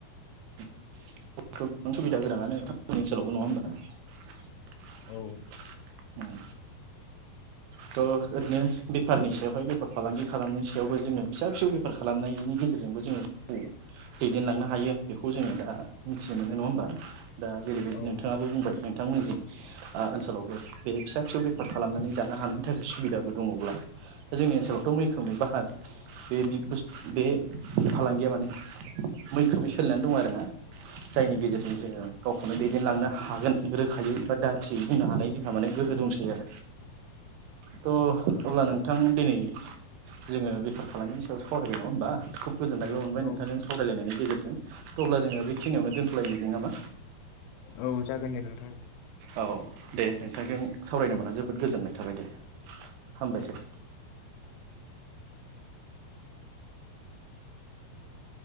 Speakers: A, on the right (about 85°); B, on the left (about 80°).
A: <inaudible> गोबां सुबिदा गोनाङानो नोंथांमोननि ओनसोलावबो नङा होमबा उम
B: औ
A: थ' ओरैनो बेफारनि सायावहाय बे फार फालांगि खालामनायनि सायावबो जोङो फिसा फिसौ बे फार खालामनायनि गेजेरजोंबो जोङो उम दैदेनलांनो हायो। जोङो दा मिथिनो मोनो नङा होमबा। दा जेरैबायदि
B: औ
A: नोंथाङाबो बुंबाय उम थांमोननि आ ओनसोलावबो बे फिसा फिसौ बेफार खालामनानै जानो हानायनि थाखाय सुबिदाबो दङब्ला दा जोंनि ओनसोलावथ' मैखोमै बाहाग बे बि बुस बे फालांगिया माने मैखोम सोलिनानै दं आरोना जायनि गेजेरजों जोङो गावखौनो दै देनलांनो हागोन रोखायै बा दाथियै बुंनो हानाय जोंहा माने गोहो दंसै आरो थ' अब्ला नोंथां दिनै जोङो बेफार खालांगिनि सा सावरायबाय नङा होनोमबा खोब गोजोन्नायबो मोनबाय
B: औ
A: नोंथांजों सावरायलायनानै गेजेरजों अब्ला जोङो बेखिनियावनो दोनथ'लायनिदि नामा
B: औ जागोन दे नोंथां
A: औ दे नोंथांजों सावरायनो मोना जोबोद गोजोननाय थाबाय दे। हामबायसै।
B: औ
A: <inaudible>